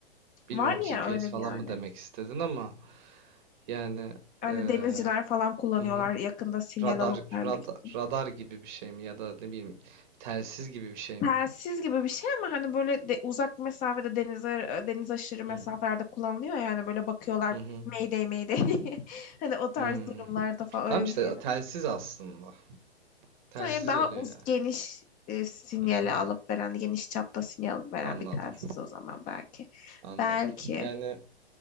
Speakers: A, on the right; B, on the left.
A: Bilmiyorum
B: Var
A: GPS
B: ya öyle
A: falan
B: bir alet.
A: mı demek istedin ama yani
B: Hani
A: eee,
B: denizciler falan kullanıyorlar
A: hı hı.
B: yakında sinyal
A: Radar,
B: alıp vermek
A: radar,
B: için.
A: radar gibi bir şey mi ya da ne bileyim telsiz gibi bir şey mi?
B: Telsiz gibi bir şey ama hani böyle de, uzak mesafede denize, e, deniz aşırı mesafelerde
A: Hı.
B: kullanılıyor yani böyle bakıyorlar
A: Hı hı.
B: Mayday Mayday <laughs> hani o tarz
A: Hmm.
B: durumlarda falan
A: Tamam
B: öyle
A: işte
B: bir şey.
A: telsiz aslında. Telsiz
B: Yani daha
A: oluyor
B: uz
A: yani.
B: geniş e, sinyali
A: Hı hı.
B: alıp veren geniş çapta sinyal alıp veren
A: Anladım.
B: bir telsiz o zaman belki.
A: Anladım.
B: Belki
A: Yani